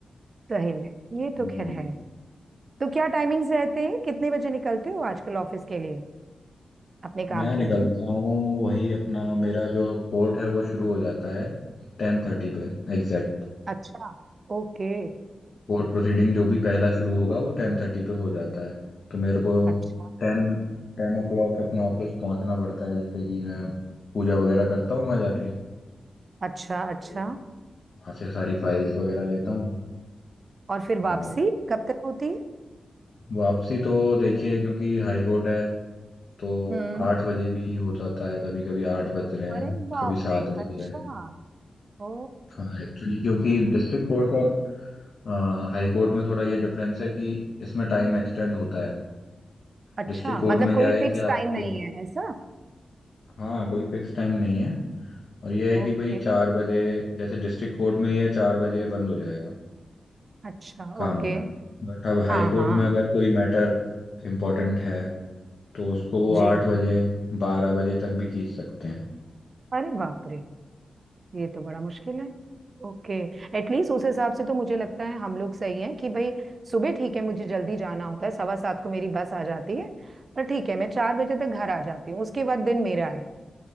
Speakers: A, on the right; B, on the left.
A: सही में ये
B: जी
A: तो खैर
B: जी जी।
A: है तो क्या टाइमिंग्स रहते हैं कितने बजे निकलते हो आजकल ऑफिस के लिए अपने काम
B: मैं
A: के
B: निकलता
A: लिए
B: हूँ वही अपना मेरा जो कोर्ट है वो शुरू हो जाता है टेन थर्टी पे एग्जैक्ट
A: अच्छा ओके
B: कोर्ट प्रोसीडिंग जो भी पहला शुरू होगा वो टेन थर्टी पे हो जाता है तो मेरे को
A: अच्छा
B: टेन टेन ओ क्लॉक अपना ऑफिस पहुंचना पड़ता है जिससे कि मैं पूजा वगैरह करता हूँ वहाँ जाके
A: अच्छा अच्छा
B: फिर वहाँ से सारी फाइल्स वगैरह लेता
A: और फिर वापसी
B: हूँ
A: कब तक होती है
B: वापसी तो देखिए क्योंकि हाई कोर्ट है तो
A: हम्म
B: आठ बजे भी हो जाता है कभी कभी आठ बज रहे हैं
A: अरे बाप
B: कभी सात
A: रे
B: बज
A: अच्छा
B: रहे हैं
A: ओ
B: हाँ एक्चुअली क्योंकि डिस्ट्रिक्ट कोर्ट और आ, हाई कोर्ट में थोड़ा ये डिफरेंस है कि इसमें टाइम एक्सटेंड होता है
A: अच्छा
B: डिस्ट्रिक्ट कोर्ट
A: मतलब
B: में क्या
A: कोई
B: है
A: फिक्स
B: कि
A: टाइम
B: आपको
A: नहीं है ऐसा
B: हाँ कोई फिक्स टाइम नहीं है और ये है
A: ओके
B: कि भाई चार बजे जैसे डिस्ट्रिक्ट कोर्ट में ये है चार बजे बंद हो जाएगा
A: अच्छा
B: काम
A: ओके
B: होना बट अब हाई
A: हाँ
B: कोर्ट
A: हाँ
B: में अगर कोई मैटर इम्पोर्टेंट है तो उसको वो
A: जी
B: आठ बजे बारह बजे तक भी खींच सकते हैं
A: अरे बाप रे ये तो बड़ा मुश्किल है ओके एटलीस्ट उस हिसाब से तो मुझे लगता है हम लोग सही हैं कि भाई सुबह ठीक है मुझे जल्दी जाना होता है सवा सात को मेरी बस आ जाती है पर ठीक है मैं चार बजे तक घर आ जाती हूँ उसके बाद दिन मेरा है